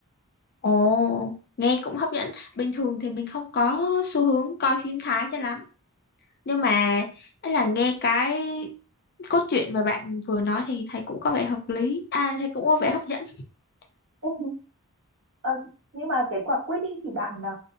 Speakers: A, on the left (about 45°); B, on the right (about 60°).
A: Ồ, nghe cũng hấp dẫn. Bình thường thì mình không có xu hướng coi phim Thái cho lắm. Nhưng mà ấy là nghe cái cốt truyện mà bạn vừa nói thì thấy cũng có vẻ hợp lý. À, thấy cũng có vẻ hấp dẫn. <laughs>
B: Ủa, Ờ, nhưng mà cái quả quýt ấy thì bạn ờ,